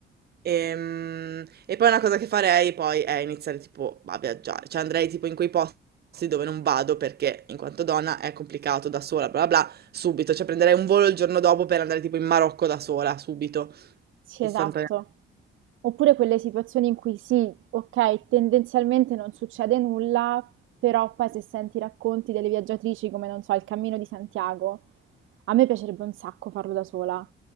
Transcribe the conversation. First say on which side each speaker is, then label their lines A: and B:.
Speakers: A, on the right; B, on the right.
A: Ehm, E, poi una cosa che farei poi è iniziare tipo a viaggiare, cioè andrei tipo in quei posti posti dove non vado perché in quanto donna è complicato da sola, bla bla bla, subito, cioè prenderei un volo il giorno dopo per andare tipo in Marocco da sola, subito,
B: Sì,
A: istantaneamente.
B: esatto. Oppure quelle situazioni in cui sì, ok, tendenzialmente non succede nulla, però poi se senti i racconti delle viaggiatrici, come non so, il Cammino di Santiago, a me piacerebbe un sacco farlo da sola.